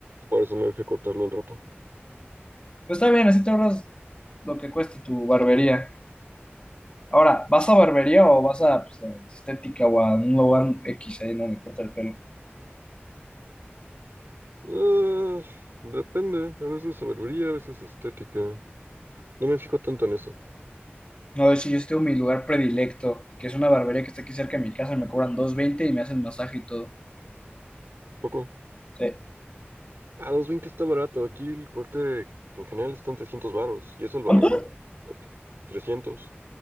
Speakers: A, on the right; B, on the left.
A: por eso me dejé cortarlo al rato.
B: Pues está bien, así te ahorras lo que cueste tu barbería. Ahora, ¿vas a barbería o vas a, pues, a estética o a un lugar X ahí donde corta el pelo?
A: Ah, depende. A veces sabiduría, a veces estética. No me fijo tanto en eso.
B: No, de hecho, yo estoy en mi lugar predilecto, que es una barbería que está aquí cerca de mi casa, me cobran dos veinte y me hacen masaje y todo.
A: Un poco.
B: Sí.
A: A 220 está barato. Aquí el corte en general están 300 varos. Y eso es el
B: ¿Cuánto?
A: barato. trescientos